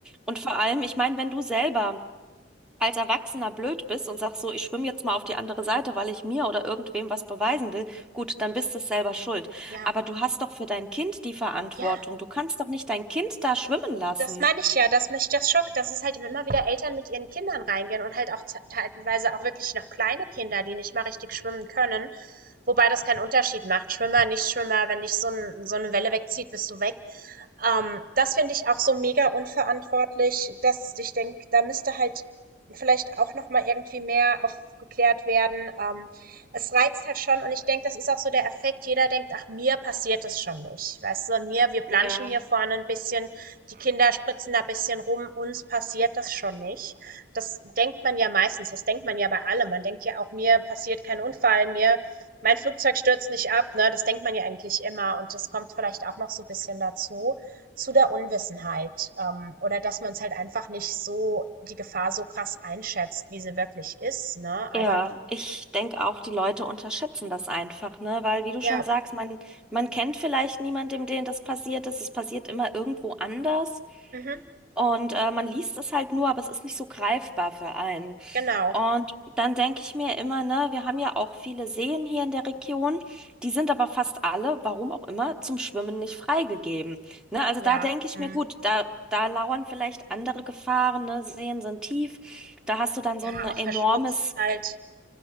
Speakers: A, in the centre; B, on the right.
A: Und vor allem, ich meine, wenn du selber als Erwachsener blöd bist und sagst so, ich schwimme jetzt mal auf die andere Seite, weil ich mir oder irgendwem was beweisen will, gut, dann bist du selber schuld.
B: Ja.
A: Aber du hast doch für dein Kind die Verantwortung.
B: Ja.
A: Du kannst doch nicht dein Kind da schwimmen lassen.
B: Das meine ich ja, dass mich das schockt, dass es halt immer wieder Eltern mit ihren Kindern reingehen und halt auch teilweise auch wirklich noch kleine Kinder, die nicht mal richtig schwimmen können, wobei das keinen Unterschied macht. Schwimmer, Nichtschwimmer, wenn dich so, ein, so eine Welle wegzieht, bist du weg. Ähm, das finde ich auch so mega unverantwortlich, dass ich denke, da müsste halt vielleicht auch noch mal irgendwie mehr aufgeklärt werden. Ähm, es reizt halt schon und ich denke, das ist auch so der Effekt. Jeder denkt, ach mir passiert das schon nicht, weißt du, mir wir planschen
A: Ja,
B: hier vorne ein bisschen, die Kinder spritzen da ein bisschen rum, uns passiert das schon nicht. Das denkt man ja meistens, das denkt man ja bei allem. Man denkt ja auch mir passiert kein Unfall, mir mein Flugzeug stürzt nicht ab, ne? Das denkt man ja eigentlich immer und das kommt vielleicht auch noch so ein bisschen dazu zu der Unwissenheit ähm, oder dass man es halt einfach nicht so, die Gefahr so krass einschätzt, wie sie wirklich ist, ne? Aber
A: Ja, ich denke auch, die Leute unterschätzen das einfach, ne? Weil, wie du
B: ja,
A: schon sagst, man, man kennt vielleicht niemandem, dem das passiert ist. Es passiert immer irgendwo anders.
B: mhm,
A: Und äh, man liest es halt nur, aber es ist nicht so greifbar für einen.
B: genau.
A: Und dann denke ich mir immer, ne, wir haben ja auch viele Seen hier in der Region, die sind aber fast alle, warum auch immer, zum Schwimmen nicht freigegeben. Ne, also
B: Ja,
A: da denke ich
B: mhm.
A: mir, gut, da, da lauern vielleicht andere Gefahren, ne, Seen sind tief, da hast du dann so
B: Ja,
A: ein enormes
B: auch verschmutzt halt,